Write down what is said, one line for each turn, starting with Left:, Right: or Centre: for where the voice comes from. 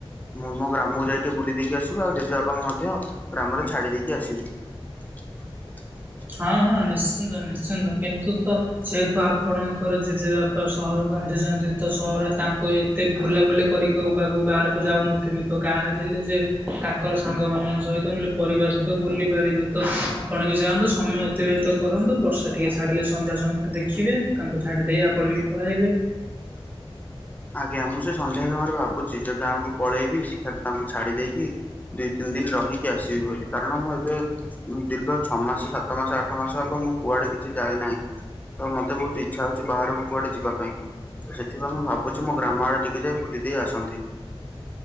Left: ମୁଁ ମୋ ଗ୍ରାମକୁ ଯାଇକି ବୁଲି ଦେଇକି ଆସିବି ଆଉ ଜେଜେବାପାଙ୍କୁ ମଧ୍ୟ ଗ୍ରାମରେ ଛାଡ଼ି ଦେଇକି ଆସିବି। <inaudible>
Right: ହଁ, ହଁ ନିଶ୍ଚିନ୍ତ ନିଶ୍ଚିନ୍ତ କିନ୍ତୁ ତ ଯେହେତୁ ଆପଣଙ୍କର ଜେଜେବାପ୍ ତ ସହରକୁ ଆସିଛନ୍ତି, ତ ସହରରେ ତାଙ୍କୁ ଏତ୍ ଏତେ ବୁଲାବୁଲି କରିକି ବାକୁ ବାବୁ ବାହାରକୁ ଯାଉନଥିବେ, ତ ଗାଁରେ ଥିଲେ ସେ ତାଙ୍କର ସାଙ୍ଗମାନଙ୍କ ସହିତ ନହେଲେ ପରିବାର ସହିତ ବୁଲିପାରିବେ ତ ଆପଣ ବି ଯାଆନ୍ତୁ। ସମୟ ଅତିବାହିତ କରନ୍ତୁ ବର୍ଷା ଟିକିଏ ଛାଡ଼ିଲେ ସନ୍ଧ୍ୟା ସମୟରେ ଦେଖିବେ ତାଙ୍କୁ ଛାଡ଼ିଦେଇ ଆପଣ ବି ପଳାଇବେ।
Left: ଆଜ୍ଞା, ମୁଁ ସେ ସନ୍ଧ୍ୟା ସମୟରେ ଭାବୁଛି ଯୋଉ ଗାଁଙ୍କୁ ପଳେଇବି ସେଠାରେ ତାଙ୍କୁ ଛାଡି ଦେଇକି ଦିଇ ତିନି ଦିନି ରହିକି ଆସିବି ବୋଲି କାରଣ ମୁଁ ଏବେ ଦୀର୍ଘ ଛଅମାସ, ସାତମାସ, ଆଠମାସ ହବ ମୁଁ କୁଆଡେ କିଛି ଯାଇନାହିଁ। ତ ମତେ ବହୁତ ଇଚ୍ଛାହଉଛି ବାହାରକୁ କୁଆଡେ ଯିବାପାଇଁ ତ ସେଥିପାଇଁ ମୁଁ ଭାବୁ କହୁଛି ମୋ ଗ୍ରାମ ଆଡେ ଟିକେ ଯାଇ ବୁଲି ଦେଇେ ଆସନ୍ତି।